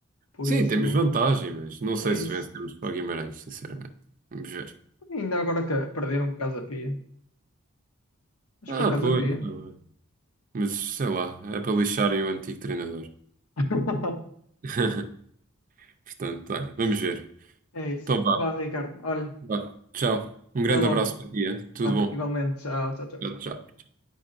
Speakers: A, on the left; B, on the right.
A: Por
B: Sim,
A: isso,
B: temos
A: hum,
B: vantagem, mas não sei
A: é isso.
B: se vencemos para o Guimarães, sinceramente. Vamos ver.
A: Ainda agora que perderam por o da Pia. Mas
B: Ah,
A: foi o causa
B: pois,
A: Pia.
B: tá bem. Mas sei lá, é para lixarem o antigo treinador.
A: <laughs>
B: <laughs> Portanto, olha, vamos ver.
A: É isso.
B: Então vá,
A: Vá, Ricardo. Olha,
B: vá. Tchau. Um
A: até
B: grande
A: logo.
B: abraço para ti, hein? Tudo
A: Vá,
B: bom.
A: igualmente. Tchau, tchau, tchau.
B: Tchau, tchau.